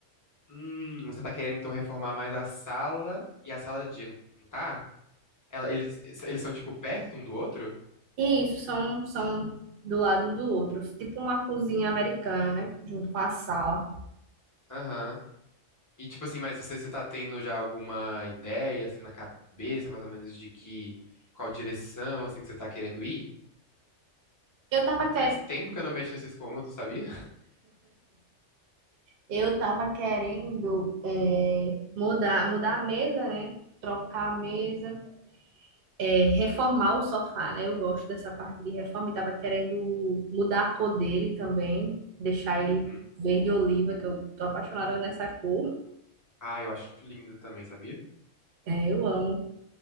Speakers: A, on the left; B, on the right.
A: Hum, você tá querendo então reformar mais a sala e a sala de jantar? Ela- eles, eles são tipo perto um do outro?
B: E isso são, são do lado um do outro, tipo uma cozinha americana, né, junto com a sala.
A: Aham. E tipo assim, mas você, você tá tendo já alguma ideia assim na cabeça, mais ou menos de que qual direção assim que você tá querendo ir?
B: Eu tava querendo
A: Faz tempo que eu não mexo nesses cômodos, sabia?
B: Eu tava querendo é, mudar, mudar a mesa, né? Trocar a mesa, é, reformar o sofá, né? Eu gosto dessa parte de reforma e tava querendo mudar a cor dele também, deixar ele
A: Uhum.
B: verde oliva, que eu tô apaixonada nessa cor.
A: Ah, eu acho lindo também, sabia?
B: É, eu amo.